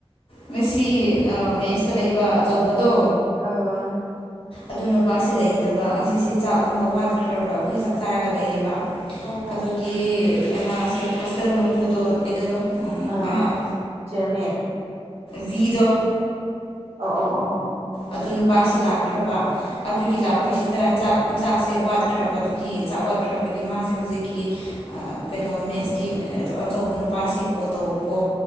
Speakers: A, on the left; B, on the right.
A: ꯉꯁꯤ ꯑ ꯃꯦꯁꯇ ꯂꯩꯕ ꯑꯆꯧꯕꯗꯣ
B: ꯑ
A: ꯑꯗ ꯅꯨꯄꯥꯁꯦ ꯂꯩꯇꯕ ꯉꯁꯤꯁꯦ ꯆꯥꯛꯀꯨꯝꯕ ꯋꯥꯠꯈ꯭ꯔꯕ꯭ꯔꯥ ꯑꯩꯈꯣꯏꯁꯦ ꯆꯞ ꯆꯥꯔꯒ ꯂꯩꯌꯦꯕ
B: ꯑꯣ
A: ꯑꯗꯨꯒꯤ ꯃꯥꯁꯦ ꯍꯣꯁꯇꯦꯜ ꯃꯄꯨꯗꯣ ꯀꯩꯅꯣꯗꯣ ꯑꯪ
B: ꯑꯥ
A: ꯑꯩ
B: ꯆꯤꯌꯔꯃꯦꯟ
A: ꯕꯤꯗꯣ
B: ꯑꯣ ꯑꯣ ꯑꯣ ꯑꯣ
A: ꯑꯗꯨ ꯅꯨꯄꯥꯁꯦ ꯂꯥꯛꯈ꯭ꯔꯕ ꯑꯗꯨꯒꯤ
B: ꯑꯣ
A: ꯂꯥꯛ
B: ꯑꯣ
A: ꯑꯁꯤꯗ ꯆꯥꯛ ꯆꯥꯛꯁꯦ ꯋꯥꯠꯈ꯭ꯔꯕꯗꯨꯒꯤ ꯆꯥꯛ ꯋꯥꯘꯠꯈ꯭ꯔꯕꯒꯤ ꯃꯥꯁꯦ ꯍꯧꯖꯤꯛꯀꯤ ꯀꯩꯅꯣ ꯃꯦꯠꯁꯀꯤ ꯑꯆꯧ ꯑꯆꯧꯕ ꯅꯨꯄꯥꯁꯦ ꯀꯣ ꯇꯧꯕꯀꯣ